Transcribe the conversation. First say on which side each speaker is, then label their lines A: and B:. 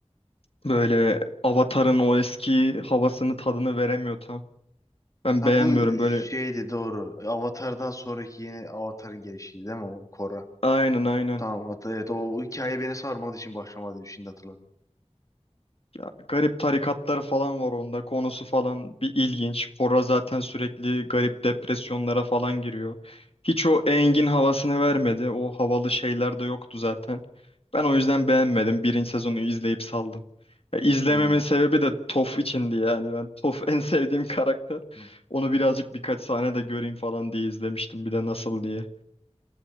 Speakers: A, on the left; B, on the left.
A: Böyle Avatar'ın o eski havasını tadını veremiyor tam. Ben
B: Ha
A: beğenmiyorum
B: bu
A: böyle.
B: şeydi doğru. Avatar'dan sonraki yeni Avatar'ın gelişiydi değil mi o Korra?
A: Aynen aynen.
B: Tamam hat- evet o hikaye beni sarmadığı için başlamadı şimdi hatırladım.
A: Ya, garip tarikatlar falan var onda. Konusu falan bir ilginç. Korra zaten sürekli garip depresyonlara falan giriyor. Hiç o Engin havasını vermedi. O havalı şeyler de yoktu zaten. Ben o yüzden beğenmedim. Birinci sezonu izleyip saldım. Ya, izlememin
B: Hmm.
A: sebebi de Toph içindi yani. Ben Toph en sevdiğim karakter.
B: hmm.
A: Onu birazcık birkaç sahne de göreyim falan diye izlemiştim bir de nasıl diye.